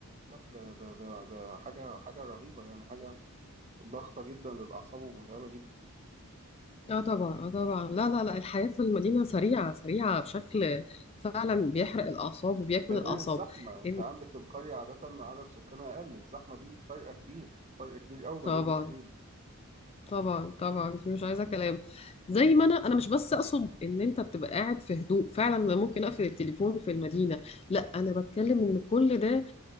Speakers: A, on the right; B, on the left.
A: لا ده ده ده ده حاجه حاجه رهيبه يعني حاجه ضغطه جدا للاعصاب ومتعبه جدا
B: اه طبعا اه طبعا لا لا لا الحياة في المدينة سريعة سريعة بشكل فعلا بيحرق الأعصاب وبياكل
A: ده غير
B: الأعصاب
A: الزحمة انت
B: إن-
A: عندك القرية عادة عدد سكانها اقل الزحمة دي فرق كبير فرق كبير قوي ما
B: طبعا
A: بين الاتنين
B: طبعا طبعا دي مش عايزه كلام زي ما انا انا مش بس اقصد ان انت بتبقى قاعد في هدوء فعلا انا ممكن اقفل التليفون في المدينه لا انا بتكلم ان كل ده